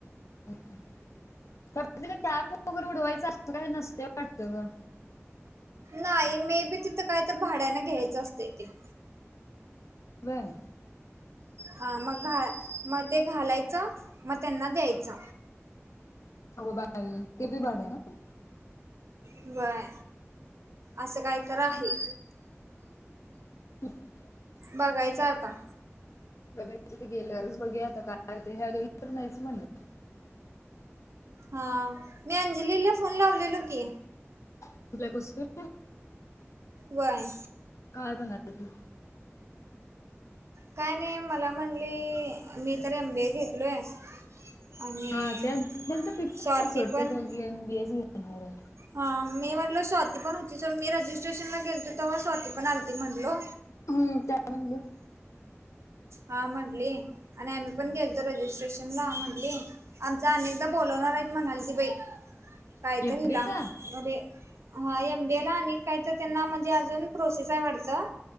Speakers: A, on the left; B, on the right.
A: खरं तिथं कॅप वगैरे उडवायचं असं काय नसतय वाटतं ग.
B: नाई मे बी तिथं काय तर भाड्याने घ्यायचं असतय ते.
A: बर.
B: हा मग घा मग ते घालायचं मग त्यांना द्यायचं.
A: अगो बाय ते बी भाड्यान
B: व्हय असं काय तर आहे.
A: <inaudible>
B: बघायच आता.
A: डब्याचा तिथे गेल्यावरच बघुया, आता काय तेे ह्या दोघी तर नाहीच म्हणल्या.
B: हा मी अंजलीला फोन लावलेलो की.
A: आपल्या कुस्कर
B: वय.
A: काय बनाती तू?
B: काय नाही मला म्हणली मी तर एम बी ए घेतलोय. आणि
A: हा त्या त्यांच फिक्सच
B: स्वाती
A: आहे सोड
B: पण
A: त्या दोघी एम बी ए च घेणार आहेत.
B: हा मी म्हटलो स्वाती पण होती सर मी रजिस्ट्रेशनला गेलतो तव्हा स्वाती पण आलती म्हटलो.
A: हम्म त्या म्हणल
B: हा म्हंटली, आणि आम्ही पण गेलतो रजिस्ट्रेशनला म्हंटली. आमचं अनेकदा बोलवणार आहेत म्हणालती बाई कायतरी
A: एमबीएचा
B: हिला अरे हा एम बी ए ला आणि एक काहीतर त्यांना म्हणजे अजून प्रोसेस आहे वाटतं.